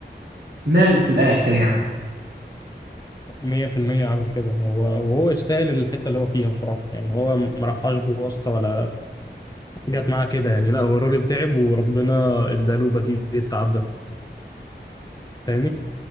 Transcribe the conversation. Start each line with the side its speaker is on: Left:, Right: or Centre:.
Right: نال في الاخر يعني
Left: 100% عمل كده هو وهو يستاهل الحته اللي هو فيها بصراحه يعني هو ما راحش بواسطه ولا جت معاه كده يعني لا هو الراجل تعب وربنا اداله بديل التعب ده فاهمني